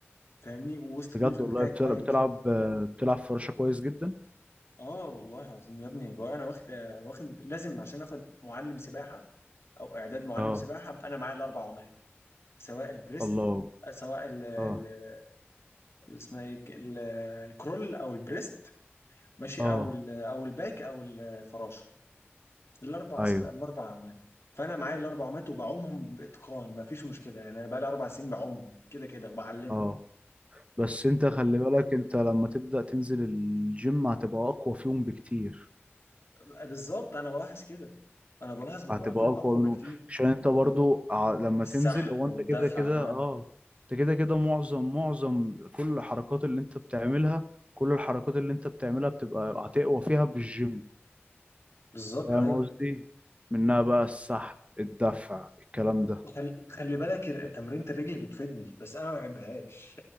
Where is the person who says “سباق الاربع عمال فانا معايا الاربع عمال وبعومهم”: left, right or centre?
Left